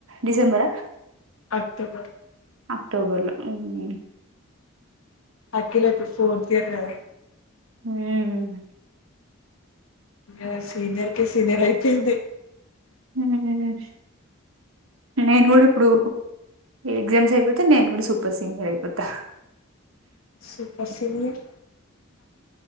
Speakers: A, on the right; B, on the left.
A: డిసెంబరా
B: అక్టోబర్
A: అక్టోబర్ లో, ఉమ్మ్
B: అఖిల ది ఫోర్త్ ఇయర్ కదా.
A: హుమ్మ్
B: ఆ సీనియర్ కే, సీనియర్ అయిపోయింది.
A: హుమ్మ్ నేన్ గుడా ఇప్పుడు, ఎగ్జామ్స్ అయిపోతే నేన్ గుడా సూపర్ సీనియర్ అయిపోతా. హ
B: సూపర్ సీనియర్